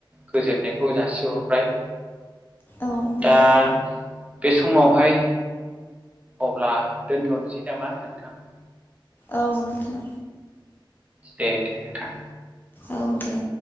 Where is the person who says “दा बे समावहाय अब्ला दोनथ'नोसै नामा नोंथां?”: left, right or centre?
Right